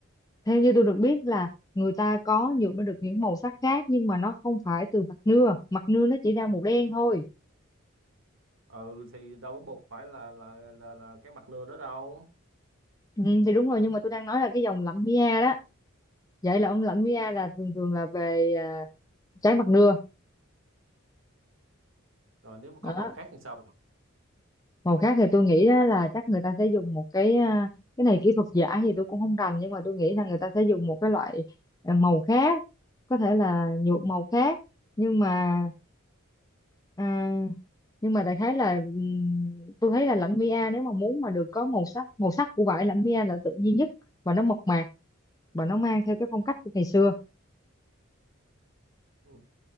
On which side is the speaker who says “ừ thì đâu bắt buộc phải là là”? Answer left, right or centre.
Right